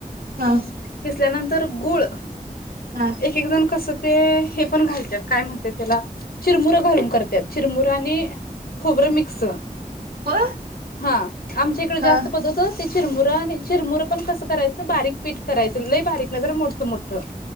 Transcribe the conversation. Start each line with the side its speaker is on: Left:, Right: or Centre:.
Right: हा
Left: खचल्यानंतर गुळ
Right: हा
Left: एक एक जण कस ते हे पण घालतात काय म्हणतात त्याला चिरमुरं घालून करतात चिरमुरं आणि खोबरं मिक्स
Right: हो
Left: हा आमच्या इकडे जास्त
Right: हा हा
Left: पद्त चिरमुरं आणि चिरमुरं पण कसं करायचं बारीक पीठ करायचं लय बारीक नजर मोठं मोठं